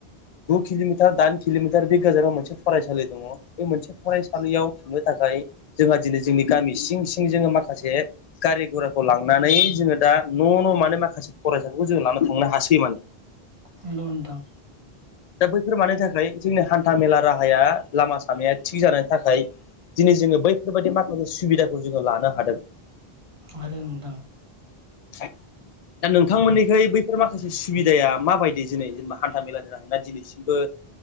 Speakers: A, on the left; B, on the right.
A: गु खिलमिटार दाइन खिलमिटार बे गोजानाव मोनसे फरायसालि दङ बे मोनसे फरायसालियाव थांनो थाखाय जोंहा दिनै जोंनि गामि सिं सिं जोङो माखासे गारि गराखौ लांनानै जोङो दा न' न' मानो माखासे फरायसा जों लानो थांनो हासै माने
B: नंगौ नोंथां
A: दा बैफोर मानि थाखाय जोंनि हान्था मेला राहाया लामा सामाया थिग जानायनि थाखाय दिनै जोङो बैफोरबायदि माखासे सुबिदाखौ जोङो लानो हादों
B: हादों नोंथां
A: <inaudible> दा नोंथांमोननिखाय बैफोर माखासे सुबिदाया माबायदि दिै जेनेबा हान्था मेलानि थाखाय न दिनैसिमबो